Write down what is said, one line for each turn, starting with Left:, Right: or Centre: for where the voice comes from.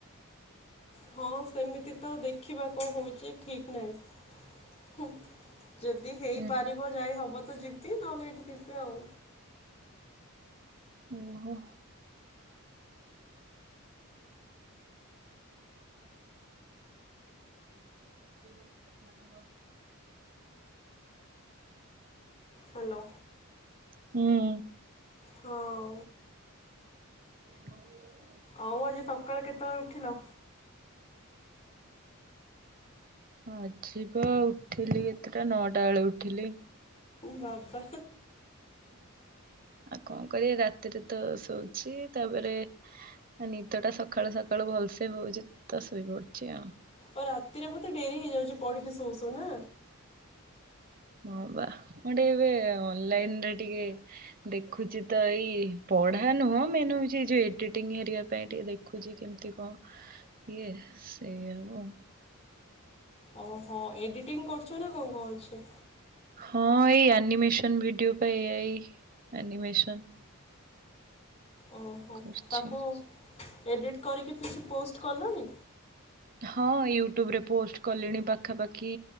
Left: ହଁ ସେମିତି ତ ଦେଖିବା କଣ ହୋଉଚି ଠିକ୍ ନାଇଁ। ହୁଁ ଯଦି ହେଇପାରିବ
Right: ହୁଁ।
Left: ଯାଇ ହବ ତ ଯିବି ନହେଲେ ଏଇଠି ଥିବି ଆଉ।
Right: ଓହୋ। ସେ ଗଲାନି ଘରକୁ।
Left: ହାଲୋ।
Right: ଉଁ।
Left: ହଁ।
Right: <inaudible>
Left: ଆଉ ଆଜି ସକାଳେ କେତୋଳେ ଉଠିଲ।
Right: ଆଯିଵା ଉଠିଲି କେତେଟା ନଅଟା ବେଳେ ଉଠିଲି।
Left: ବାବା।
Right: ଆଉ କଣ କରିବା ରାତିରେ ତ ଶୋଉଚି। ତାପରେ ନିଦ ଟା ସକାଳୁ ସକାଳୁ ଭଲସେ ହୋଉଚି ତ ଶୋଇ ପଡୁଚି ଆଉ।
Left: ଆଉ ରାତିରେ ବୋତେ ଡେରି ହେଇଯାଉଚି ପଢିକି ଶୋଉ ଶୋଉ ନାଁ?
Right: ହଁ ବା ମୁଁ ଟିକେ ଏବେ ଅନଲାଇନ ରେ ଟିକେ ଦେଖୁଚି ତ ଏଇ ପଢା ନୁହଁ ମେନହୋଉଚି ଯୋଉ ଏଡିଟିଂ ହେରିଆ ପାଇଁ ଟିକେ ଦେଖ। ଦେଖୁଚି କେମିତି କଁ ଇଏ ସେଇ ହବ।
Left: ଓହୋ ଏଡିଟିଂ କରୁଚ ନା କଣ କଣ ଅଛେ।
Right: ହଁ ଏଇ ଆନିମେସନ ଭିଡିଓ ପା ଏଆଇ ଆନିମେସନ।
Left: ଓହୋ
Right: କରୁଛି।
Left: ତାକୁ ଏଡ଼ିଟ୍ କରିକି କିଛି ପୋଷ୍ଟ କଲୁଣି?
Right: ହଁ, ୟୁଟ୍ୟୁବରେ ପୋଷ୍ଟ କଲିଣି ପାଖାପାଖି